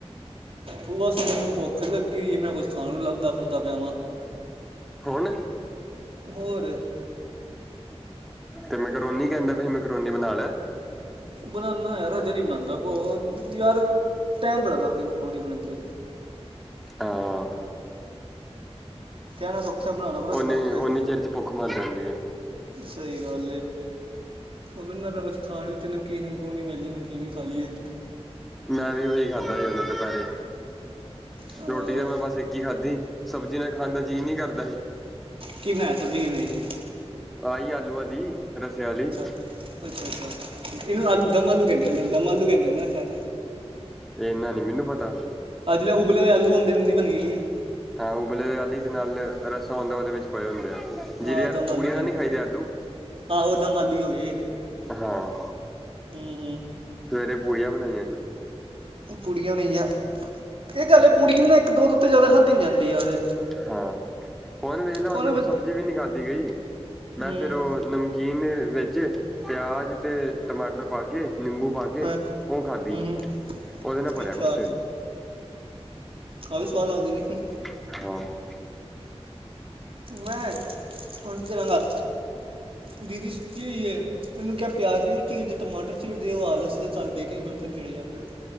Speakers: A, on the right (about 60°); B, in the centre.
A: ਉਹ ਬਸ ਮੈਨੂੰ ਭੁੱਖ ਲੱਗੀ ਹੋਈ ਏ ਮੈਂ ਕੁੱਝ ਖਾਣ ਨੂੰ ਲੱਭਦਾ ਫਿਰਦਾ ਪਿਆ ਵਾਂ
B: ਹੁਣ
A: ਹੋਰ
B: ਤੇ ਮੈਂਕਰੋਨੀ ਕਹਿੰਦਾ ਪਿਆ ਮੈਂਕਰੋਨੀ ਬਣਾ ਲੈ
A: ਬਨਾਨਾ ਯਾਰ ਹਜੇ ਨਹੀਂ ਬਨਾਂਦਾ ਭ <unintelligible> ਯਾਰ ਟਾਈਮ ਬੜਾੱ ਲਗਦਾ ਈ ਮੈਕੋਨੀ ਬਨਨ ਚ
B: ਹਾਂ
A: ਕਹਿਣਾ ਸੌਖੈ ਬਣਾਉਣਾ ਬੜਾਨਾ
B: ਓਨੇ
A: ਬ <unintelligible> ਕਿੱਡਾ ਔਖੈ।
B: ਓਨੀ ਚਿਰ ਚ ਭੁੱਖ ਮਰ ਜਾਂਦੀ ਹੈ
A: ਸਹੀ ਗੱਲ ਏ। ਉਹ ਵੇਨਾ ਪਿਆ ਕੁਛ ਖਾਣ ਨੂੰ ਇਥੇ ਨਮਕੀਨ ਨਮਕੂਨ ਹੀ ਮਿਲ ਜੇ ਨਮਕੀਨ ਹੀ ਖਾ ਲੀਏ
B: ਮੈਂ ਵੀ ਉਹੀ ਖਾਧਾ ਹੀਂ ਹੁਨੇ ਦੁਪਹਿਰੇ
A: ਹਾਂ
B: ਰੋਟੀ ਤਾਂ ਮੈਂ ਬਸ ਇੱਕ ਹੀ ਖਾਧੀ ਸਬਜ਼ੀ ਨਾ ਖਾਣ ਦਾ ਜੀਅ ਨਹੀਂ ਕਰਦਾ ਹੀ
A: ਕੀ ਬਣਾਇਆ ਸਬਜ਼ੀ ਕੀ ਬਣਾਈ ਸੀ?
B: ਆਹੀ ਆਲੂ ਆਲੂਆਂ ਦੀ ਰਸੇ ਆਲੀ
A: ਅੱਛਾ, ਅੱਛਾ ਇਹਨੂੰ ਆਲੂ ਦਮ ਆਲੂ ਕਹਿੰਦੇ ਨੇ ਦਮ ਆਲੂ ਕਹਿੰਦੇ ਨੇ ਨਾ ਸ਼ਾਇਦ
B: ਏਨਾਂ ਨੀ ਮੈਨੂੰ ਪਤਾ
A: ਅੱਜ ਨਾ <unintelligible> ਉਬਲੇ ਹੋੲ ਆਲੂ ਹੋਂਦੇ ਨ ਉਂਹਦੀ ਬਣੀ ਹੀ।
B: ਹਾਂ ਉਬਲੇ ਹੋਏ ਆਲੀ ਤੇ ਨਾਲ ਰੱਸਾ ਹੁੰਦਾ ਉਹਦੇ ਵਿੱਚ ਪਏ ਹੁੰਦੇ ਐ ਜਿਹੜੇ
A: ਹਾਂ
B: ਯਾਰ
A: ਦਮ
B: ਪੂੜੀਆਂ
A: ਆਲੂ ਕਹਿੰਦੇ
B: ਨਾ ਨਈ ਖਾਈਦੇ ਆਲੂ
A: ਆਹੋ ਦਮ ਆਲੂ ਹੀ ਹੋ ਗਏ
B: ਹਾਂ
A: ਹੂੰ
B: ਸਵੇਰੇ, ਪੂੜੀਆਂ ਬਣਾਈਆਂ ਸੀ?
A: ਪੁੜੀਆਂ ਬਣਾਈਆਂ, ਇਹ ਗੱਲ ਏ ਪੁੜੀ ਵੀ ਨਾ ਇਕ ਦੋ ਉਤੇ ਜ਼ਿਆਦਾ ਖਾਧੀ ਨ ਜਾਂਦੀ ਯਾਰ
B: ਹਾਂ, ਹੁਨ ਵੇਹਲੈ ਹੁਣ
A: ਉਹ ਨਾ
B: ਮੇਰੇ
A: ਫਿਰ
B: ਕੋ ਸਬਜ਼ੀ ਵੀ ਨਹੀਂ ਖਾਧੀ ਗਈ, ਮੈਂ
A: ਹੂੰ
B: ਫੇਰ ਉਹ <unintelligible> ਨਮਕੀਨ ਵਿੱਚ, ਪਿਆਜ ਤੇ ਟਮਾਟਰ ਪਾ ਕੇ ਨਿੰਬੂ ਭਰ ਕੇ
A: ਹਾਂ
B: ਉਹ ਖਾਧੀ
A: ਹੂੰ ਹੂੰ
B: ਉਹਦੇ ਨਾਲ ਭਰਿਆ
A: ਅੱਛਾ
B: ਕੁਛ ਢਿੱਡ
A: ਆ ਵੀ, ਸਵਾਦ ਲੱਗਦੇ ਨੇ?
B: ਹਾਂ
A: ਮੈਂ ਹਾਂਜੀ ਦੇਦਾਂਗਾ ਬੀਬੀ ਸੁੱਤੀ ਹੋਈ ਏ? ਉਹਨੂੰ ਕਿਹਾ, ਪਿਆਜ਼ ਪਯੂਜ ਚੀਰਦੇ ਟਮਾਟਰ ਚੀਰਦੇ ਦਿਓ, ਉਹ ਆਲਸ ਜਿਹਾ ਕਰਦੀ ਕਹਿੰਦੀ ਮੇਰੇ ਕੋ ਨੀ ਚੀੜੇ ਜਾਂਦੇ